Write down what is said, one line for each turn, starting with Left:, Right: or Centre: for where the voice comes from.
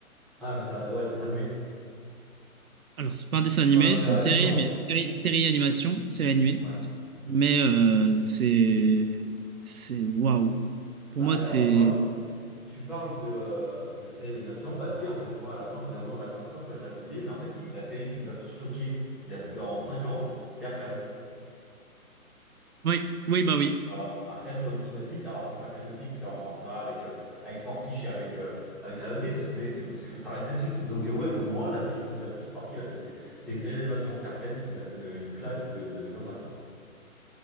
Centre: Ah, mais c'est un ouais, dessin animé.
Right: Alors c'est pas un dessin animé,
Centre: Enfin, c'est
Right: c'est
Centre: euh,
Right: une
Centre: animé,
Right: série,
Centre: pardon.
Right: mais série, série animation, série animée.
Centre: Ouais.
Right: Mais euh, c'est, c'est waouh. Pour
Centre: Bah
Right: moi,
Centre: alors,
Right: c'est,
Centre: tu vois, tu parles de, euh, de séries d'animation. Bah si, en fait, moi, à la fin, au bout d'un moment de la conversation, tu vois, je l'avais oublié. Mais en fait, si, la série qui nous a tous choqués il y a dans 5 ans, c'est Arcane.
Right: oui, oui, bah oui.
Centre: Voilà, Arcane, production Netflix. Alors, c'est pas que Netflix, c'est en partenariat avec, euh, avec Fortiche et avec, euh, avec Riot Games, mais c'est, c'est- ça reste Netflix. Donc, euh, ouais, pour moi, la série qui nous a le plus marqué, là, c'est c'est une série d'animation. C'est Arcane qui nous a mis une, une claque de, de zinzin, quoi.